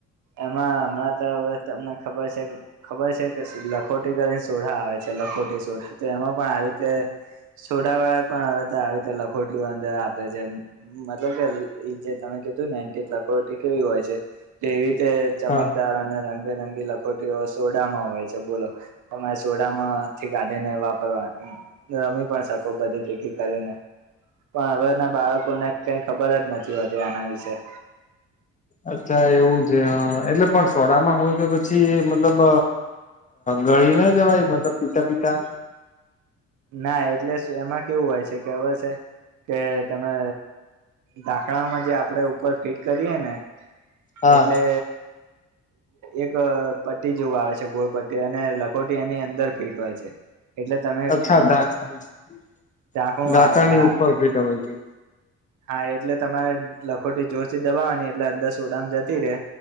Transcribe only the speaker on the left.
હા
અચ્છા એવું છે હ એટલે પણ સોડામાં હોય તો પછી મતલબ ગળી ના જવાય મતલબ પીતા પીતા?
હા
અચ્છા, ધાક ઢાકાણા
ની
ઉપર ફીટ આવે છે.